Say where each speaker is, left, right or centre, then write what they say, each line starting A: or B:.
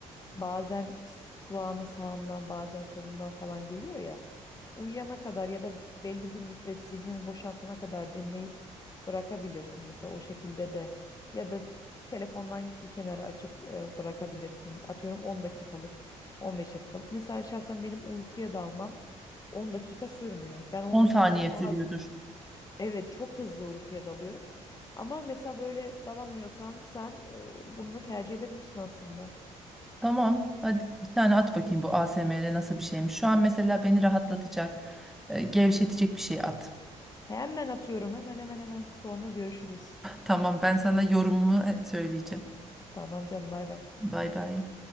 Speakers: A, on the left; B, in the centre.
A: bazen s- kulağının sağından bazen solundan falan geliyor ya. Uyuyana kadar ya da belli bir müddet zihnini boşaltana kadar dinleyip bırakabilirsin mesela o şekilde de ya da d- telefondan bir kenara açıp e, bırakabilirsin. Atıyorum 10 dakikalık, 15 dakikalık. Mesela şahsen benim uykuya dalmam 10 dakika sürmüyor. Ben 10
B: 10
A: dakikadan
B: saniye sürüyordur.
A: daha az evet çok hızlı uykuya dalıyorum. Ama mesela böyle dalamıyorsan sen e, bunu tercih edebilirsin aslında.
B: Tamam. Hadi bir tane at bakayım bu ASMR nasıl bir şeymiş. Şu an mesela beni rahatlatacak, e, gevşetecek bir şey at.
A: Hemen atıyorum hemen hemen hemen sonra görüşürüz.
B: Tamam, ben sana yorumumu söyleyeceğim.
A: Tamam canım bay bay.
B: Bay bay.